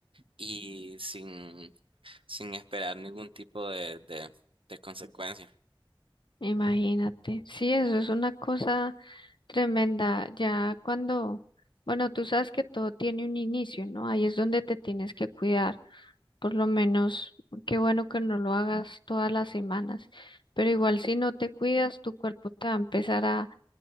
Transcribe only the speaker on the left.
Imagínate. Sí, eso es una cosa tremenda. Ya cuando, bueno, tú sabes que todo tiene un inicio, ¿no? Ahí es donde te tienes que cuidar. Por lo menos, qué bueno que no lo hagas todas las semanas, pero igual si no te cuidas, tu cuerpo te va a empezar a,